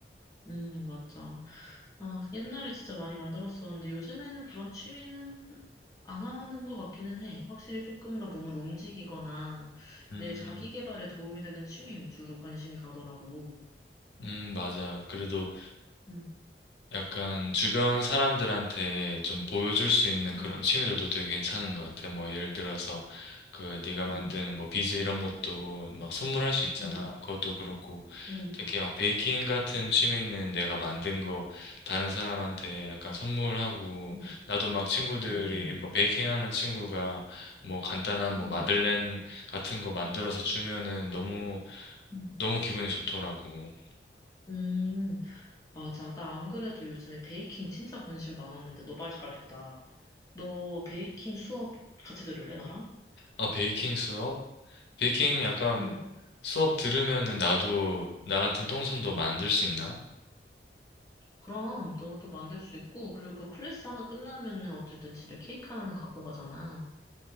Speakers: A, on the left; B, on the left.
A: 응, 맞아. 아, 옛날에 진짜 많이 만들었었는데 요즘에는 그런 취미는 안 하는 것 같기는 해. 확실히 조금 더 몸을 움직이거나
B: 음,
A: 내 자기 개발에 도움이 되는 취미 위주로 관심이 가더라고.
B: 음, 맞아. 그래도
A: 응.
B: 약간 주변 사람들한테 좀 보여줄 수 있는 그런
A: 응,
B: 취미들도 되게 괜찮은 것 같아. 뭐 예를 들어서 그 네가 만든
A: 응,
B: 뭐 비즈 이런 것도 막 선물할 수 있잖아.
A: 응,
B: 그것도 그렇고
A: 응,
B: 특히 막 베이킹 같은 취미는 내가 만든 거 다른 사람한테 약간 선물하고
A: 응.
B: 나도 막 친구들이
A: 응, 응,
B: 뭐 베이킹 하는 친구가 뭐 간단한 뭐
A: 응.
B: 마들렌 같은 거 만들어서 주면은 너무
A: 응
B: 너무 기분이 좋더라고.
A: 음, 맞아. 나 안 그래도 요즘에 베이킹 진짜 관심 많았는데, 너 말 잘했다. 너 베이킹 수업 같이 들을래, 나랑?
B: 아, 베이킹 수업? 베이킹 약간
A: 응,
B: 수업 들으면은 나도 나 같은 똥손도 만들
A: 응.
B: 수 있나?
A: 그럼, 너도 만들 수 있고, 그리고 그 클래스 하나 끝나면은 어쨌든 집에 케이크 하나는 갖고 가잖아.